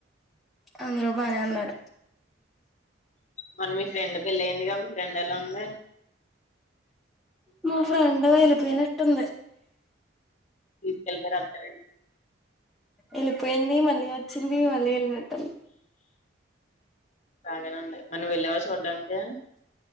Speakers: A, in the centre; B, on the left (about 35°).
A: అందరూ బానే ఉన్నారు.
B: మొన్న మీ ఫ్రెండ్ పెళ్ళయిందిగా? మీ ఫ్రెండ్ ఎలా ఉంది?
A: మా ఫ్రెండ్ ఎల్లిపోయినట్టుంది.
B: తీస్కెళ్తరా అత్తారిన్
A: ఎళ్ళిపోయింది. మళ్ళీ వచ్చింది, మళ్ళీ ఎళ్ళినట్
B: బాగానే ఉంది మరి నువ్వు వెళ్ళావా చూడ్డానికి